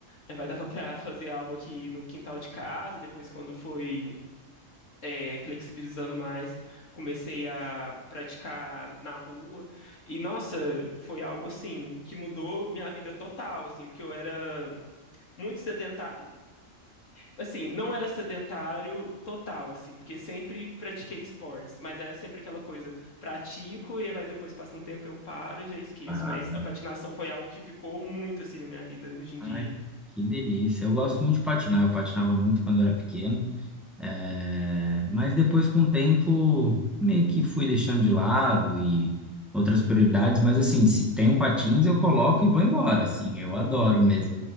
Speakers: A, on the left; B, in the centre.
A: É, vai dar para fazer algo aqui no quintal de casa, depois quando foi é, flexibilizando mais, comecei a praticar na rua, e nossa, foi algo assim, que mudou minha vida total, assim, porque eu era muito sedentário, assim, não era sedentário total, assim, porque sempre pratiquei esportes, mas era sempre aquela coisa, pratico e vai depois passa um tempo eu paro e já esqueço,
B: Parado.
A: mas a patinação foi algo que ficou muito assim na minha vida hoje em
B: Ai,
A: dia.
B: que delícia. Eu gosto muito de patinar. Eu patinava muito quando era pequeno. É, Mas depois, com o tempo, meio que fui deixando de lado e outras prioridades. Mas, assim, se tem um patins, eu coloco e vou embora. Assim, eu adoro mesmo.